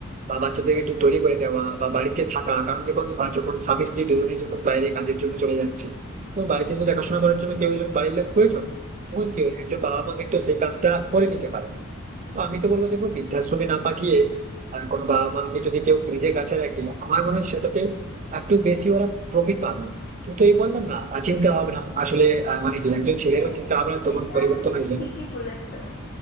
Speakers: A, on the right; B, on the left.
A: বা বাচ্চাদেরকে একটু তৈরি করে দেওয়া বা বাড়িতে থাকা কারণ দেখো বা যখন স্বামী স্ত্রী দুজনেই যখন বাইরে কাজের জন্য চলে যাচ্ছে তখন বাড়িতে তো দেখাশোনা করার জন্য কেউ একজন বাড়ির লোক প্রয়োজন তখন কি হয় একজন বাবা মাকে একটু সেই কাজটা করে নিতে পারে তো আমি তো বলবো দেখো বৃদ্ধাশ্রমে না পাঠিয়ে আহ, কোনো বাবা মাকে যদি কেউ নিজের কাছে রাখে আমার মনে হয় সেটাতে একটু বেশি ওরা প্রফিট পাবে কিন্তু এই বললাম না আর চিন্তা ভাবনা আসলে আহ, মানে কি একজন ছেলেরও
B: হ্যাঁ
A: চিন্তা ভাবনা তখন
B: এটা
A: পরিবর্তন
B: তুমি
A: হয়ে যাবে
B: ঠিকই বলেছো